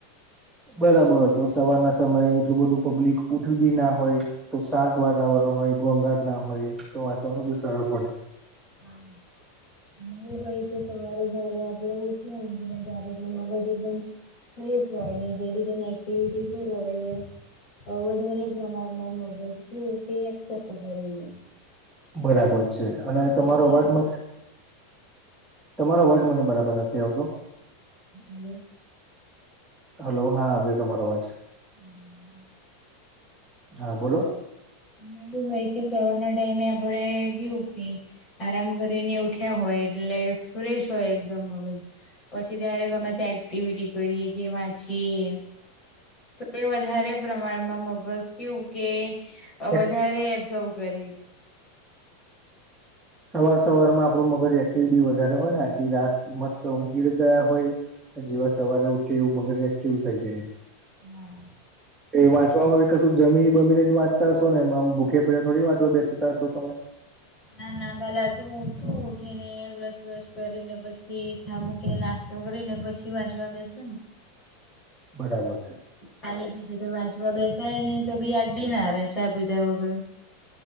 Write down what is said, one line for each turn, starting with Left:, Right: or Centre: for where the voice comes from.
Centre: બરાબર તો સવારના સમયે એટલું બધું પબ્લિક ઉઠયુ બી ના હોય. તો શાંત વાતાવરણ હોય, ગોંઘાટ ના હોય તો વાંચવાનુ બી સરળ પડે.
Left: હા, અને એવું હોય કે સવારે જયારે આપડે ઉઠ્યા ઉગી ને ત્યારે એટલુ મગજ જ બંધ ફ્રેશ હોય ને જે બી તમે એક્ટિવિટી કરો અવે વધારે પ્રમાણમાં મગજ કું તે સેપ કરલીયે
Centre: બરાબર છે અને
Left: વાંચવામાં
Centre: તમારો અવાજમાં
Left: યાદ
Centre: તમારો અવાજ મને બરાબર નથી આવતો
Left: હલો
Centre: હલો હા આવ્યો તમારો અવાજ
Left: <inaudible>
Centre: હા બોલો
Left: મેદુ હોય કે સવારના ટાઈમે આપડે કેવું કે આરામ કરીને ઉઠ્યા હોય એટલે ફ્રેશ હોય એકદમ અગજ પછી ત્યારે ગમે ત્યા એક્ટિવિટી કરીએ કે વાંચીએ. તો એ વધારે પ્રમાણમાં મગજ કેવું કે
Centre: એક
Left: વધારે એબ્ઝોર્વ કરે
Centre: સવાર સવાર માં આપડું મગજ એક્ટિવ બી વધારે હોય ને આખી રાત મસ્ત ઊઘી ગયા હોઇએ જેવા સવારે ઉઠી એવું મગજ એક્ટિવ થઇ જાય
Left: હા
Centre: એ વાંચવામા કશું જમી બમીને જ વાંચ હશો ને આમ ભૂખે પડ્યા થોડી વાંચવા બેસતાશો તમે
Left: ના ના પહેલા તો હું ઉઠું ઉઠી ને બ્રશ વ્રશ કરીને પછીછા મૂકી ને છોકરી ને પછી વાંચવા બેસો
Centre: બરાબર છે.
Left: ખાલી પીઠ તો વાચવા બેસાય નહી તો બી યાદ બી ના રે ચા પીધા વગર.